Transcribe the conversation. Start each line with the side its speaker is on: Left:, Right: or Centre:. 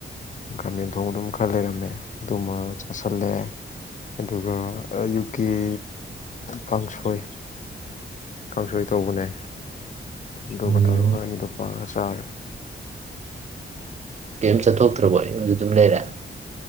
Left: ꯒꯥꯔꯃꯦꯟ ꯊꯣꯡ ꯑꯗꯨꯝ ꯈꯔ ꯂꯩꯔꯝꯃꯦ ꯑꯗꯨꯃ ꯆꯥꯥꯁꯜꯂꯦ ꯑꯗꯨꯒ ꯌꯨꯀꯤꯦ ꯀꯥꯡꯁꯣꯏ ꯀꯥꯡꯁꯣꯏ ꯇꯧꯕꯅꯦ ꯑꯗꯨꯒꯒ
Right: ꯎꯝ
Left: ꯇꯧꯔꯒ ꯑꯅꯤꯗꯄꯥ ꯆꯔ
Right: ꯀꯩꯝ ꯆꯠꯊꯣꯛꯇ꯭ꯔꯕꯣ ꯌꯨꯝꯗ ꯑꯗꯨꯝ ꯂꯩꯔꯦ